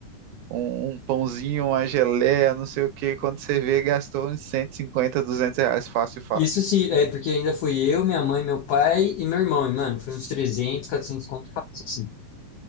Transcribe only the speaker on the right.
um, um pãozinho, uma geleia, não sei o quê, quando você vê, gastou uns cento e cinquenta duzentos reais, fácil, fácil.